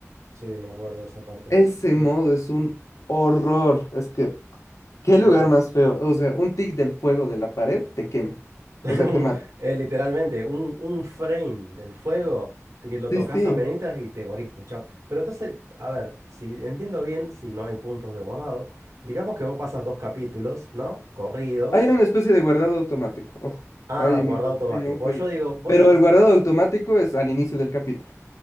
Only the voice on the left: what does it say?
Ese
modo es un horror. Es que ¿Qué lugar
más feo? O sea, un tic del fuego de la pared te quema.
O sea, te mata.
Sí,
sí.
Hay una especie de guardado automático. Ojo,
hay,
me-
hay un
jueguito.
Pero
el guardado automático es al inicio del capítulo.